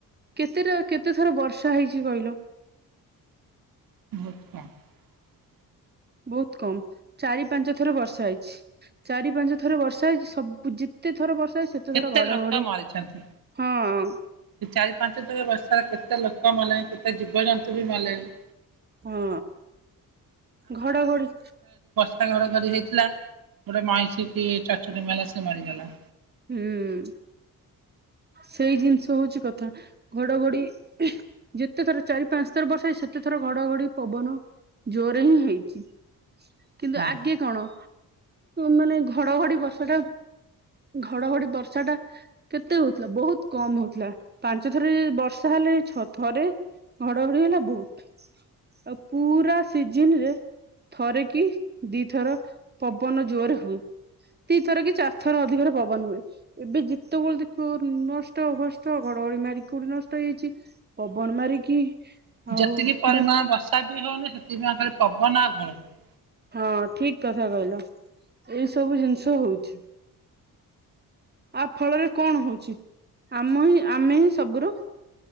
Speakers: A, on the right; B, on the right.
A: କେତେଟା କେତେ ଥର ବର୍ଷା ହେଇଛି କହିଲ।
B: <inaudible>
A: ବହୁତ କମ ଚାରି ପାଞ୍ଚ ଥର ବର୍ଷା ହେଇଛି ଚାରି ପାଞ୍ଚ ଥର ବର୍ଷା ହେଇଛି ସବୁ ଯେତେ ଥର ବର୍ଷା ହେଇଛି ସେତେ
B: କେତେ
A: ଥର ଘଡଘଡି
B: ଲୋକ ମରିଛନ୍ତି,
A: ହଁ
B: ସେ ଚାରି ପାଞ୍ଚଥର ବସି କେତେ ଲୋକ ମଲେଣି, କେତେ ଜୀବ ଜନ୍ତୁ ବି ମଲେଣି।
A: ହଁ, ଘଡଘଡି
B: ଘର ଘରି ହେଇଥିଲା। ଗୋଟେ ମଇଁଷି, ସେ ଚଡଚଡି ମାଇଲା, ସେ ମରିଗଲା।
A: ହୁଁ, ସେଇ ଜିନିଷ ହଉଛି କଥା। ଘଡଘଡି ଯେତେଥର ଚାରି ପାଞ୍ଚ ଥର ବର୍ଷା ହେଇଚି, ସେତେଥର ଘଡଘଡି, ପବନ ଯୋରେ ହିଁ ହେଇଛି। କିନ୍ତୁ
B: ହଁ
A: ଆଗେ କଣ ମାନେ, ଘଡଘଡି ବର୍ଷାଟା ଆ ଘଡଘଡି ବର୍ଷା ଟା କେତେ ହଉଥିଲା, ବହୁତ କମ ହଉଥିଲା। ପାଞ୍ଚ ଥର ବର୍ଷା ହେଲେ ଛ ଥରେ ଘଡଘଡି ହେଲା ବହୁତ। ଆଉ ପୁରା ସିଜନ ରେ ଥରେ କି ଦିଥର ପବନ ଜୋରରେ ହୁଏ, ଦି ଥର କି ଚାରି ଥର ଅଧିକ ପବନ ହୁଏ। ଏବେ ଯେତେବେଳେ ଦେଖ ନଷ୍ଟ ହଷ୍ଟ, ଘଡଘଡି ମାରିକି କଉଠି ନଷ୍ଟ ହେଇଯାଇଛି, ପବନ ମାରିକି ଆଉ
B: ଯେତିକି ପରିମାଣ
A: ବାତ୍
B: ବର୍ଷା ବି ହଉନି, ସେ ଏଇନୁକା ଖାଲି ପବନ, ଘଡ ଘଡି
A: ହଁ, ଠିକ କଥା କହିଲ। ଏଇ ସବୁ ଜିନିଷ ହଉଛି ଆ ଫଳରେ କଣ ହଉଛି? ଆମ ହିଁ, ଆମେ ହିଁ ସବୁର